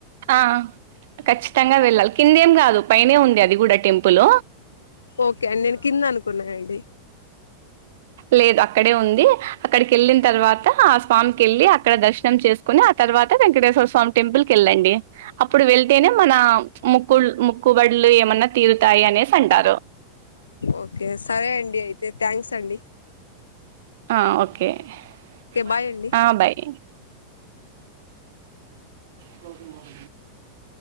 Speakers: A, on the right; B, on the left.
A: ఆ ఖచ్చితంగా వెళ్ళాలి కిందేం కాదు పైన ఉంది అది కూడా టెంపుల్
B: ఓకే అండి నేను కింద అనుకున్నానండి
A: లేదు అక్కడే ఉంది అక్కడికి వెళ్ళిన తర్వాత ఆ స్వామికి వెళ్ళి అక్కడ దర్శనం చేసు ని ఆ తర్వాత వెంకటేశ్వర స్వామి టెంపుల్ కెళ్ళండి అప్పుడు వెళ్తేనే మన ముక్కుల్ ముక్కుబడ్లు ఏమన్నా తీరుతాయి అనేసి అంటారు
B: ఓకే సరే అండి అయితే థ్యాంక్స్ అండి
A: ఆ ఓకే
B: ఓకే
A: బాయ్
B: అండి
A: ఆ బాయ్ వల్క వల్